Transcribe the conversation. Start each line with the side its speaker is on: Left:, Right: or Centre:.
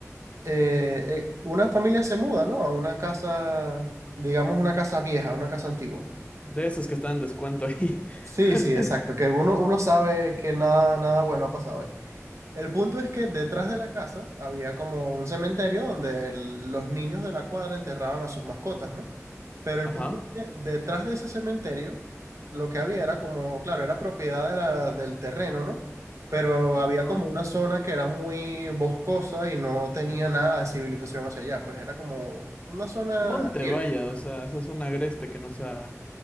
Right: eh, eh, una familia se muda, ¿no? A una casa, digamos, una casa vieja, una casa antigua.
Left: De esas que están en descuento ahí.
Right: Sí,
Left: <laughs>
Right: sí, exacto, que uno, uno sabe que nada, nada bueno ha pasado ahí. El punto es que detrás de la casa había como un cementerio donde el- los niños de la cuadra enterraban a sus mascotas, ¿no? Pero el
Left: Ajá,
Right: punto es que detrás de ese cementerio lo que había era como, claro, era propiedad de la- del terreno, ¿no? Pero
Left: ajá.
Right: había como una zona que era muy boscosa y no tenía nada de civilización hacia allá, pues era como una zona
Left: Monte,
Right: virgen.
Left: vaya, o sea, esa zona agreste que no se ha-